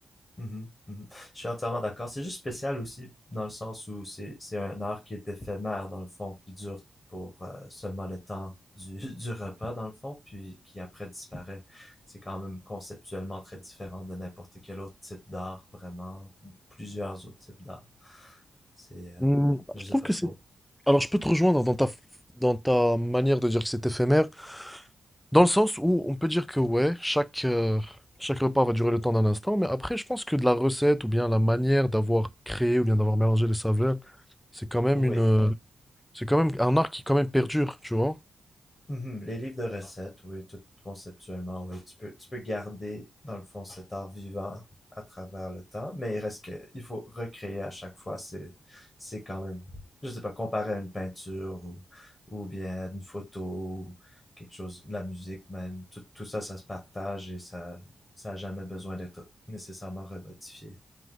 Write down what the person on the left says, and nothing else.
Mhm, mhm. Je suis entièrement d'accord. C'est juste spécial aussi dans le sens où c'est c'est un art qui est éphémère dans le fond, qui dure pour euh, seulement le temps du, <laughs> du repas dans le fond, puis qui après disparaît. C'est quand même conceptuellement très différent de n'importe quel autre type d'art, vraiment, ou plusieurs autres types d'art. C'est, euh,
je
sais
pas
trop.
Oui.
Mhm. Les livres de recettes, oui, tout conceptuellement, oui. Tu peux, tu peux garder, dans le fond, cet art vivant à travers le temps, mais il reste que, il faut recréer à chaque fois. C'est, c'est quand même, je sais pas, comparé à une peinture ou, ou bien une photo ou quelque chose, la musique même. Tout, tout ça, ça se partage et ça, ça a jamais besoin d'être nécessairement remodifié